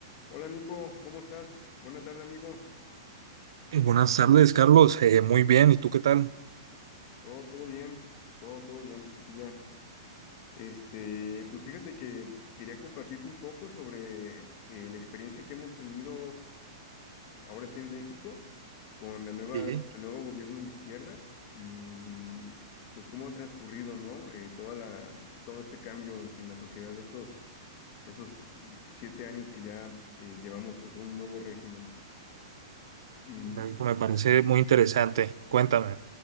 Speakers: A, on the left; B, on the right.
A: Hola Nico, ¿cómo estás? Buena tarde, amigo.
B: Eh, Buenas tardes, Carlos. Eh, muy bien, ¿y tú qué tal?
A: Todo, todo bien, todo, todo bien. Aquí ya. Este, pues fíjate que quería compartirte un poco sobre eh, la experiencia que hemos tenido ahora sí en México con la nueva,
B: Sí,
A: con el nuevo gobierno de izquierda y pues cómo ha transcurrido, ¿no? Eh, toda la, todo este cambio en la sociedad de estos, estos siete años que ya eh, llevamos pues a un nuevo régimen. y
B: correcto, me parece muy interesante. Cuéntame.